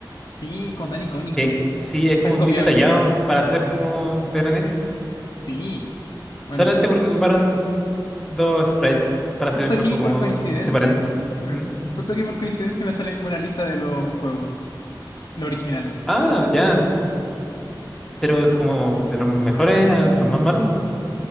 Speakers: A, on the left (about 60°); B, in the centre.
A: Sí, es como tan icónico,
B: Que sí, es como
A: tan copiable.
B: muy detallado para ser como de la NES.
A: Sí. Bueno,
B: Solamente porque ocuparon dos sprites para
A: justo
B: hacer el cuerpo
A: aquí por
B: como
A: coincidencia,
B: separen.
A: bueno,
B: ¿Mm?
A: justo aquí por coincidencia me sale una lista de los juegos, los originales.
B: Ah, ya. Pero como de los mejores a los más malos.